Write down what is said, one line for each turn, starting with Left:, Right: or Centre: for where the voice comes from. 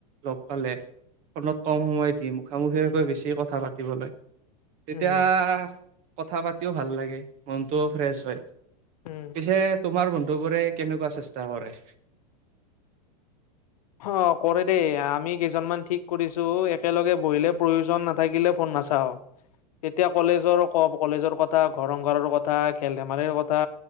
Right: লগ পালে, ফোনত কম সময় দিম মুখামুখীয়াকৈ বেছি কথা পাতিবলৈ তেতিয়া
Left: উম
Right: কথা পাতিও ভাল লাগে, মনটো ফ্ৰেছ হয়।
Left: উম
Right: পিছে তোমাৰ বন্ধুবোৰে কেনেকুৱা চেষ্টা কৰে?
Left: হ কৰে দেই আমি কেইজনমান ঠিক কৰিছো একেলগে বহিলে প্ৰয়োজন নাথাকিলে ফোন নাচাওঁ, এতিয়া কলেজৰ ক কলেজৰ কথা ঘৰ ৰং ঘৰৰো কথা, খেল -ধেমালিৰ কথা